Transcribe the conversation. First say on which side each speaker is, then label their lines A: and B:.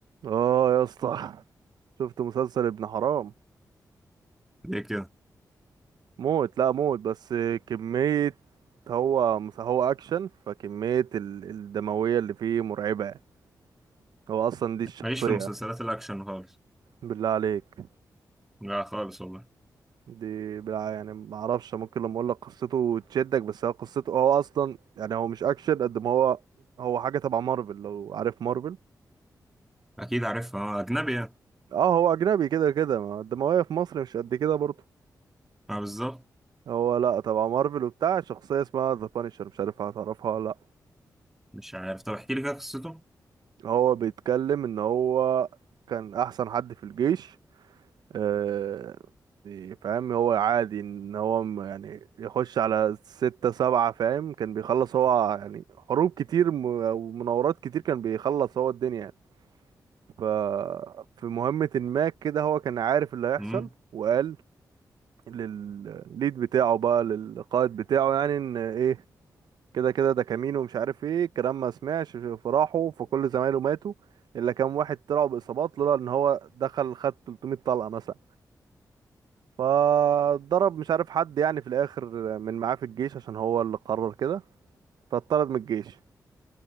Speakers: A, on the right; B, in the centre.
A: اه يا اسطى شفت مسلسل ابن حرام
B: ليه كده
A: موت لا موت بس كمية هو مس- هو اكشن فكمية ال- الدموية اللي فيه مرعبة يعني. هو اصلا دي الشخصية
B: ماليش في المسلسلات الاكشن خالص
A: بالله عليك
B: لا خالص والله
A: دي بالله يعني ما اعرفش ممكن لما اقول لك قصته تشدك بس هو قصته هو اصلا يعني هو مش اكشن قد ما هو هو حاجة تبع مارفل لو عارف مارفل
B: اكيد عارفها اه اجنبي يعني
A: اه هو اجنبي كده كده ما الدموية في مصر مش قد كده برضه
B: اه بالظبط
A: هو لا تبع مارفل وبتاع شخصية اسمها ذا بانشر مش عارف هتعرفها ولا
B: مش عارف طب احكي لي كده قصته
A: هو بيتكلم ان هو كان احسن حد في الجيش آه، يعني فاهم هو عادي ان هو م- يعني يخش على ستة سبعة فاهم كان بيخلص هو يعني حروب كتير م- ومناورات كتير كان بيخلص هو الدنيا يعني ف في مهمة ما كده هو كان عارف اللي هيحصل
B: امم
A: وقال للليد بتاعه بقى للقائد بتاعه يعني ان ايه كده كده ده كمين ومش عارف ايه الكلام ما سمعش فراحه فكل زمايله ماتوا الا كام واحد طلعوا باصابات لولا ان هو دخل خد 300 طلقه مثلا فضرب مش عارف حد يعني في الاخر من معاه في الجيش عشان هو اللي قرر كده فاتطرد من الجيش